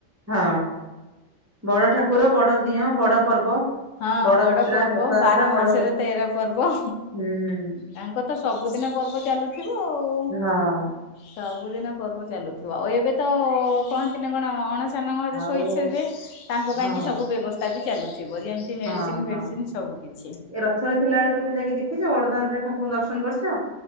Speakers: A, on the right (about 25°); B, on the left (about 85°).
A: ହଁ ବଡ ଠାକୁର ବଡ ଦିଅଁ ବଡ ପର୍ବ।
B: ହଁ ବଡ
A: ଯାତ୍ରା
B: ପର୍ବ,
A: ରଥଯାତ୍ରା
B: ବାର
A: ବଡ
B: ମାସରେ
A: ଯାତ୍ରା
B: ତେର ପର୍ବ।
A: ହୁଁ
B: ତାଙ୍କର ତ ସବୁଦିନ ପର୍ବ ଚାଲୁଥିବ ଆଉ।
A: ହଁ
B: ସବୁଦିନେ ପର୍ବ ଚାଲୁଥିବ ଆଉ ଏବେ ତ-ଅ-ଅ-ଅ କହନ୍ତିନି କଣ ଅଣସ୍ ସନ ଘରେ
A: ଆଉ
B: ଶୋଇଥେବେ ତାଙ୍କ ପାଇଁକି
A: ହଁ
B: ସବୁ ବ୍ୟବସ୍ତା ବି ଚାଲୁଥିବ ଯେମ୍ ମେଡିସିନ
A: ହଁ ହଁ
B: ଫେଡିସିନ ସବୁ କିଛି।
A: ଏ ରଥରେ ଥିଲା ବେଳେ କେବେ ଯାଇକି ଦେଖିଛ ବଡଦାଣ୍ଡରେ ଠାକୁରଙ୍କୁ ଦର୍ଶନ କରିଛ?